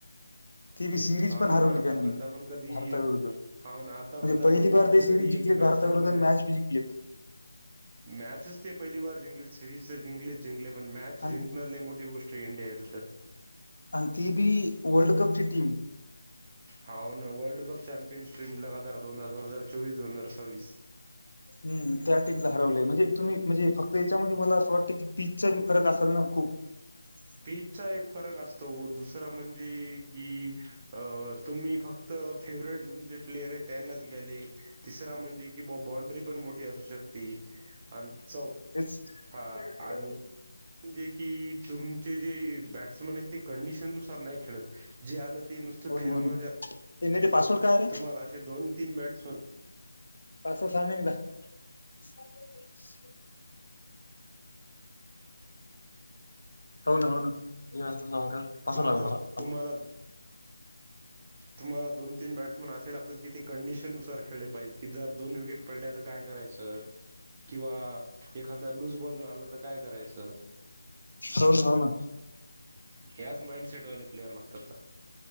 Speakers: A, on the left (about 80°); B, on the right (about 25°).
A: ती ब सिरीज
B: हाव
A: पण हरवली
B: ना आतापर्यंत
A: त्यांनी
B: आपण कधी
A: भारताविरुद्ध
B: एक
A: म्हणजे
B: हाव ना आतापर्यंत आपण
A: पहिली बार
B: आपण
A: ते सिरीज
B: कधी
A: जिंकले
B: एक मॅच
A: भारता
B: हारलो
A: विरुद्ध
B: नाही
A: मॅच भी जिंकलेत
B: मॅचच ते पहिली बार जिंकलेत सिरीज तर जिंकलेच जिंकले पण मॅच
A: आणि
B: जिंकण लय मोठी गोष्ट आहे इंडिया विरद्ध
A: आणि ती बी वर्ल्ड कपची टीम
B: होा ना वर्ल्ड कप चॅम्पियन स्ट्रीम लगातार दोन दोन हजार चोवीस दोन हजार सव्वीस
A: हम् त्या टीमला हरवलं म्हणजे तुम्ही म्हणजे फक्त याच्यामध्ये मला असं वाटत की पीचचा भी फरक असल ना खूप ह
B: पीचचा एक फरक असतो दुसरा म्हणजे की अ तुम्ही फक्त फेवरेट तुमचे प्लेयर आहेत त्यांनाच घे त्याले तिसरा म्हणजे की बांड्री पण मोठी असू शकते आणि चौ
A: वाकरण
B: हा आणि म्हणजे की तुमचे जे बॅट्समन आहेत ते कंडिशन नुसार नाही खेळत जे आलं ते नुसत
A: हो
B: फिरवून
A: ना हो ना
B: जा
A: ते नाही ते पासवर्ड काय रे
B: तुम्हाला असे दोन तीन बॅट्समन
A: पासवर्ड सांग ना एकदा अस्स हो ना हो ना पासवर्ड
B: तुम्हाला
A: आला पायजा
B: तुम्हाला
A: आला
B: तुम्हाला दोन तीन बॅट्समन असे लागात की ते कंडीशन नुसार खेळले पाहिजे की जर दोन विकेट पडले तर काय कर करायच किंवा एखादा लूज बॉल आला तर काय करायचं
A: हो ना हो ना
B: ह्याच माइंडसेटवाले प्लेअर लागतात ना